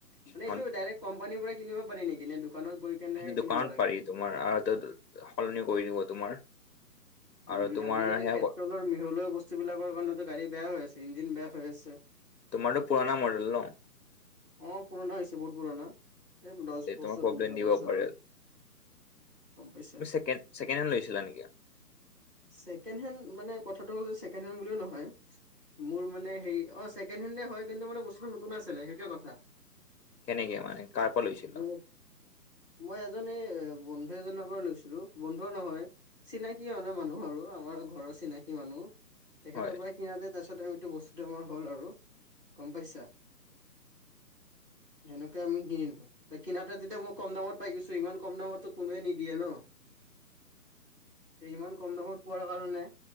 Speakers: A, in the centre; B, on the left.
A: মানে
B: কাৰণ
A: এইটো ডাইৰেক্ট কোম্পানীৰ পৰা কিনিব পাৰি নেকি নে দোকানত গৈ কেনে
B: সেইটো দোকানত
A: কিনিব লাগে?
B: পাৰি তোমাৰ আৰু সলনি কৰি দিব তোমাৰ আৰু
A: উম
B: তোমাৰ
A: আজিকালি
B: সেয়া
A: পেট্ৰলৰ মিহলোৱা বস্তু বিলাকৰ কাৰণেতো গাড়ী বেয়া হৈ আছে ইঞ্জিন বেয়া হৈ আছে
B: তোমাৰটো পুৰণা মডেল ন
A: অ পুৰণা হৈছে বহুত পুৰণা এই দহ
B: তাতে তোমাৰ
A: বছৰ
B: প্ৰব্লেম
A: পোন্ধৰ
B: দিব
A: বছৰ
B: পাৰে
A: গম পাইছা
B: তুমি ছেকেণ্ড ছেকেণ্ড হেণ্ড লৈছিলা নেকি
A: ছেকেণ্ড হেণ্ড মানে কথাটো হ'ল যে ছেকেণ্ড হেণ্ড বুলিও নহয় মোৰ মানে হেৰি অ ছেকেণ্ড হেণ্ড হয় কিন্তু মানে বস্তুটো নতুন আছিলে সেইটোৱে কথা
B: কেনেকে মানে কাৰ পৰা লৈছিল
A: যে মই এজনী বন্ধু এজনৰ পৰা লৈছিলো বন্ধুও নহয় চিনাকি কি হয়নো মানুহ আৰু আমাৰ ঘৰৰ চিনাকি মানুহ তেখেতৰ
B: হয়
A: পৰা কিনোতে তাৰ পিছত আৰু এইটো বস্তুটো আমাৰ হ'ল আৰু গম পাইছা
B: <inaudible>
A: সেনেকে আমি কিনিলো কিনাতে যেতিয়া মই কম দামত পাই গৈছো ইমান কম দামততো কোনোৱে নিদিয়ে ন সেই ইমান কম দামত পোৱাৰ কাৰণে